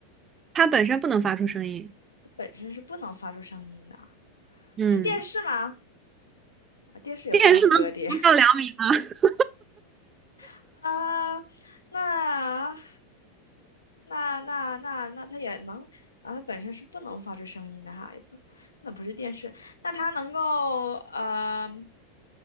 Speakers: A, on the right; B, on the left.
A: 它本身不能发出声音，
B: 它本身是不能发出声音的，
A: 嗯，
B: 是电视吗？啊，电视也不能折叠
A: 电视能能到两米吗？<laughs>
B: <laughs> 啊、那那那那那它也能啊，它本身是不能发出声音的哈，也不，那不是电视，那它能够呃，